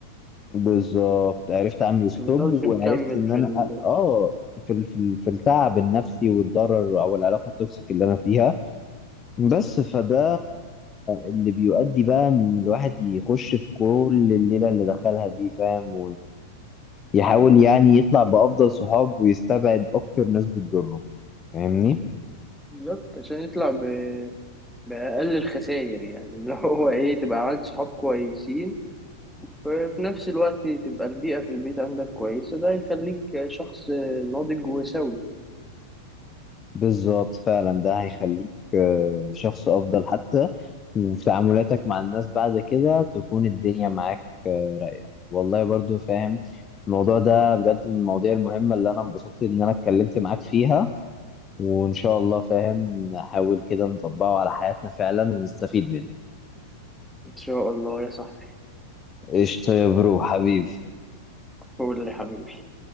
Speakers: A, on the left (about 25°); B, in the centre.
A: بالظبط عرفت اعمل ستوب
B: متفضلش
A: وعرفت
B: مكمل
A: ان
B: في
A: انا
B: ال...
A: أ- اه في ال- في ال- في التعب النفسي والضرر او العلاقه التوكسيك اللي انا فيها بس فده اللي بيؤدي بقى ان الواحد يخش في كل الليله اللي دخلها دي فاهم ويحاول يعني يطلع بافضل صحاب ويستبعد اكتر ناس بتضره فاهمني
B: بالظبط عشان يطلع ب... بأقل الخسائر يعني <laughs> اللي هو ايه تبقى عملت صحاب كويسين وفي نفس الوقت تبقى البيئة في البيت عندك كويسة ده يخليك شخص ناضج وسوي
A: بالظبط فعلا ده هيخليك آه، شخص افضل حتى وفي تعاملاتك مع الناس بعد كده تكون الدنيا معاك آه، رايقه والله برضو فاهم الموضوع ده بجد من المواضيع المهمه اللي انا انبسطت ان انا اتكلمت معاك فيها وان شاء الله فاهم نحاول كده نطبقه على حياتنا فعلا ونستفيد منه
B: ان شاء الله يا صاحبي
A: قشطة يا برو حبيبي
B: قول لي حبيبي